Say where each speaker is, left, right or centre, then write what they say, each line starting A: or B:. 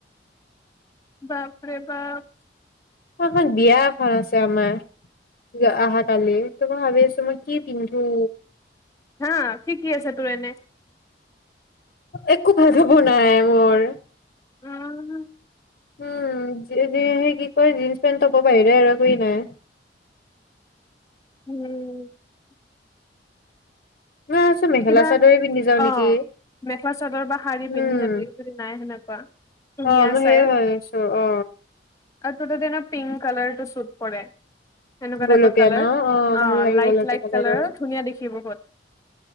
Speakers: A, on the left; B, on the left.
A: বাপৰে, বাপ
B: উচৰত বিয়া এখন আছে আমাৰ অহাকালি। ত, মই ভাবিছো কি পিন্ধো।
A: হা কি কি আছে টুৰ এনে
B: একো ভাল কাপোৰ নাই মোৰ।
A: উমঁ
B: উম সেই কি কয়। জীন্চ পেন্ট টপৰ বাহিৰে আৰু একোয়েই নাই
A: উম
B: মই ভাবিছো মেখেলা
A: কিবা
B: চাদৰে পিন্ধি যাও
A: অ
B: নেকি।
A: মেখেলা চাদৰ বা শাৰী
B: উম
A: পিন্ধি যাবি যদি নাই সেনেকুৱা ধুনীয়া
B: অ, মইয়ো
A: চাই
B: সেইয়াই ভাবিছো। অ
A: আৰু টোৰ তাত এনেও পিংক কালাৰটো চুট কৰে। এনেকুৱা
B: গোলপীয়া
A: টাইপৰ কালাৰ।
B: ন ভাল
A: অ
B: লাগে
A: লাইট,
B: গোলপীয়া
A: লাইট
B: কালাৰৰ
A: কালাৰ ধুনীয়াঁ দেখি বহুত।